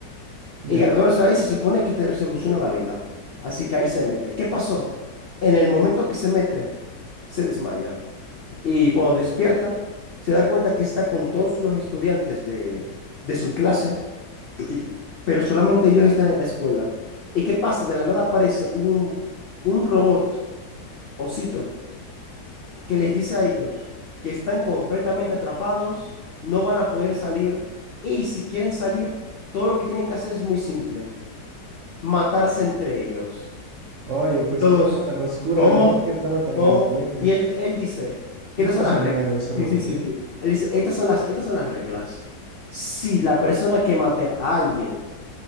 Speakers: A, on the right; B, on the left.
A: Ya.
B: Y graduarse ahí se supone que te resoluciona la vida. Así que ahí se mete. ¿Qué pasó? En el momento que se mete, se desmaya. Y cuando despierta, se da cuenta que está con todos los estudiantes de, de su clase, <clears throat> pero solamente ellos están en la escuela. ¿Y qué pasa? De la nada aparece un, un robot, osito, que les dice a ellos que están completamente atrapados, no van a poder salir, y si quieren salir, todo lo que tienen que hacer es muy simple, matarse entre ellos.
A: Oye, pues
B: Y todos,
A: qué trama tan oscura,
B: ¿cómo?
A: ¿no? Qué trama tan
B: ¿Cómo?
A: compleja.
B: Y él, él dice, que
A: Un
B: estas
A: poco
B: son
A: sanguinario
B: las reglas.
A: ese robot,
B: Sí, sí, sí,
A: ¿eh?
B: sí. Él dice, estas son las, estas son las reglas. Si la persona que mate a alguien